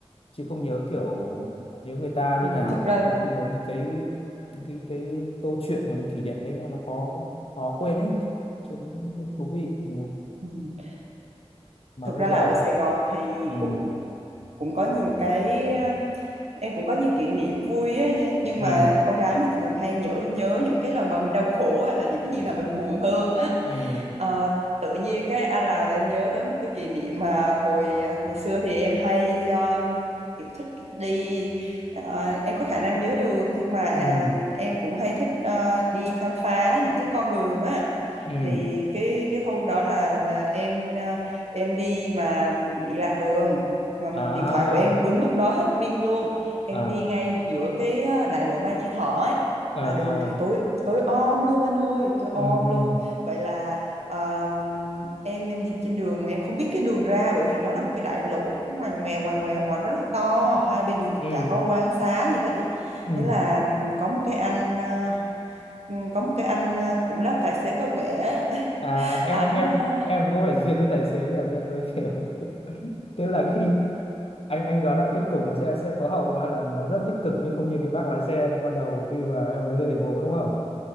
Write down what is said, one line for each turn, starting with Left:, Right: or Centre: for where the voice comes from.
Left: chứ không nhớ kiểu nhớ người ta
Right: ừ,
Left: như nào
Right: thực ra
Left: nhiều khi là những cái những cái cái câu chuyện hoặc là kỷ niệm đấy nó nó khó khó quên ấy chung cũng cũng thú vị Ừ.
Right: ừ,
Left: mà
Right: thực
Left: bây
Right: ra
Left: giờ
Right: là ở Sài Gòn thì
Left: ừ
Right: cũng cũng có nhiều cái em cũng có nhiều kỷ niệm vui á nhưng
Left: ừ
Right: mà con gái mà thường hay nhớ nhớ những cái lần mà mình đau khổ hay là những cái gì là mình buồn hơn á
Left: ừ
Right: Ờ, tự nhiên cái anh là em nhớ tới một cái kỷ niệm mà hồi à, ngày xưa thì em hay um, kiểu thích đi à, em có khả năng nhớ được nhưng mà à,
Left: ừ
Right: em cũng hay thích à, đi khám phá những cái con đường á
Left: ừ
Right: thì cái cái hôm đó là, là em à, em đi mà bị lạc đường mà
Left: à
Right: điện thoại của em đúng lúc đó hết pin luôn em
Left: à
Right: đi ngay giữa cái à, đại lộ Mai Chí Thọ ấy
Left: à
Right: mà
Left: à
Right: đường thì tối tối om luôn anh ơi tối
Left: ừ
Right: om
Left: ừ
Right: luôn vậy là Ờ, em em đi trên đường mà em không biết cái đường ra bởi vì nó là một cái đại lộ cứ ngoằn ngoèo ngoằn ngoèo và rất là to hai bên đường
Left: ừ
Right: thì chả có quán xá gì hết á
Left: ừ
Right: thế là ừm, có một cái anh ờ, ừm, có một cái anh ờ, cũng làm tài xế công nghệ á. <laughs>
Left: à em
Right: ảnh
Left: em
Right: ờ,
Left: em có vẻ duyên với tài xế nhỉ Duyên tôi kiểu <laughs> tức là khi anh anh đoán là kết cục nó sẽ sẽ có hậu hay là nó rất tích cực nhưng không như cái bác lái xe ban đầu khi mà em mới lên thành phố đúng không